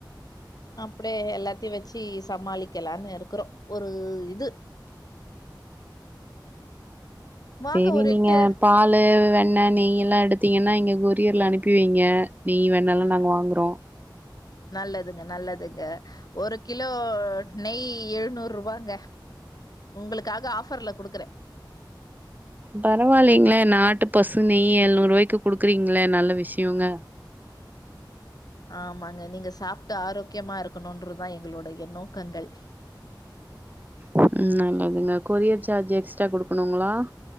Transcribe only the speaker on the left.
அப்டியே எல்லாத்தையு வெச்சு சமாளிக்கலான் இருக்குறோ ஒரு இது வாங்க
ஒரு
எட்டு
ஆ
நல்லதுங்க நல்லதுங்க ஒரு கிலோ நெய் எழ்நூற்வாங்க உங்களுக்காக ஆஃபர்ல குடுக்கறே
ஆமாங்க நீங்க சாப்ட்டு ஆரோக்கியமா இருக்கணுன்றது தா எங்களுடைய நோக்கங்கள்